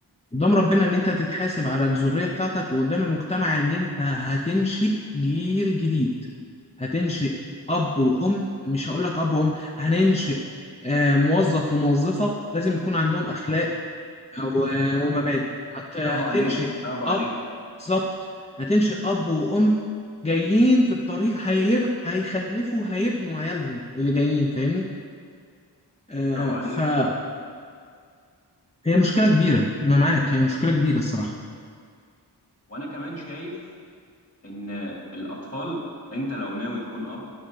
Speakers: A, on the left; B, on the left.
A: قدام ربنا إن أنت هتتحاسب على الذرية بتاعتك وقدام المجتمع إن أنت هتنشئ جيل جديد، هتنشئ أب وأم مش هقول لك أب وأم هننشئ آه، موظف وموظفة لازم يكون عندهم أخلاق آه، و- ومبادئ، هت- هتنشئ
B: برافو عليك برافو عليك
A: أب بالظبط هتنشئ أب وأم جايين في الطريق هيب... هيخلفوا هيبنوا عيالهم اللي جايين فاهمني؟ آه،
B: برافو عليك
A: فهي مشكلة كبيرة أنا معاك هي مشكلة كبيرة الصراحة
B: وانا كمان شايف ان الاطفال انت لو ناوي تكون اب